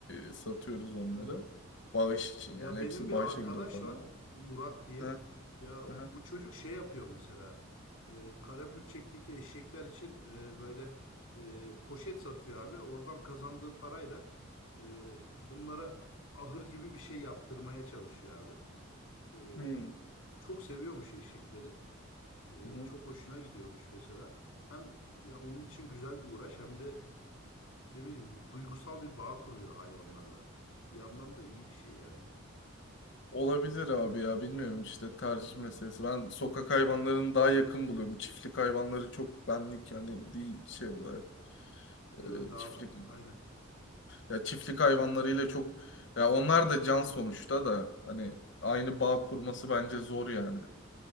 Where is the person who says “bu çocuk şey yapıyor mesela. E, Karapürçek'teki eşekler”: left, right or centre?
Left